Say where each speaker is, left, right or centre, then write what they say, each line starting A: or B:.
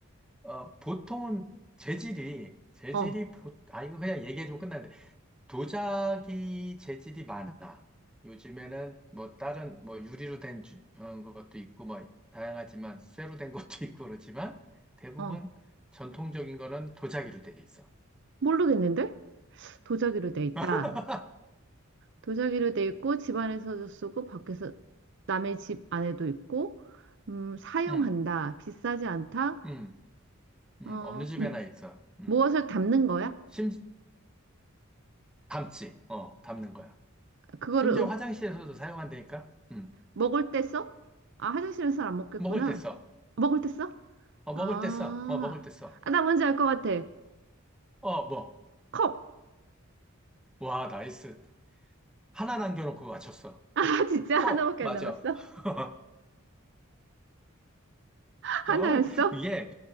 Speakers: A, in the centre; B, on the right.
A: 어, 보통은 재질이, 재질이,
B: 어,
A: 보, 아, 이거 그냥 얘기해주면 끝나는데, 도자기 재질이 많아. 요즘에는 뭐 다른 뭐 유리로 된 주- 어, 것도 있고 뭐 다양하지만 쇠로 된 것도 <laughs> 있고 그렇지만 대부분
B: 어.
A: 전통적인 거는 도자기로 돼 있어.
B: 모르겠는데? 도자기로 돼 있다.
A: <laughs>
B: 도자기로 돼 있고 집 안에서도 쓰고 밖에서 남의 집 안에도 있고 음, 사용한다.
A: 음,
B: 비싸지 않다.
A: 음, 음,
B: 어,
A: 어느 집에나
B: 무-
A: 있어. 음,
B: 무엇을 담는 거야?
A: 심, 담지, 어, 담는 거야.
B: 그거를
A: 심지어
B: 음,
A: 화장실에서도 사용한다니까? 음,
B: 먹을 때 써? 아, 화장실에서 안 먹겠구나.
A: 먹을 때 써.
B: 먹을 때 써?
A: 어, 먹을
B: 아,
A: 때 써. 어, 먹을 때 써.
B: 아, 나 뭔지 알 것 같아.
A: 어, 뭐.
B: 컵.
A: 와, 나이스. 하나 남겨놓고 맞췄어.
B: 아, 진짜
A: 콕!
B: 하나밖에
A: 맞아.
B: 안 남았어?
A: <laughs>
B: 하나였어?
A: 어, 이게,